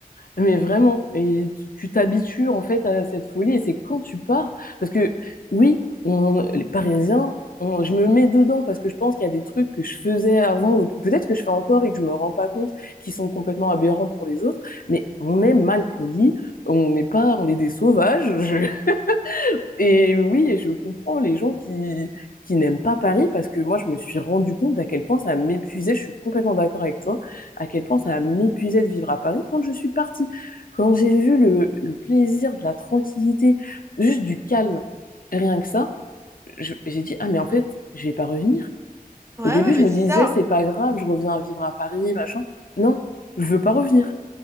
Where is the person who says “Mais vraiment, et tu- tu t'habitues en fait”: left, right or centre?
Left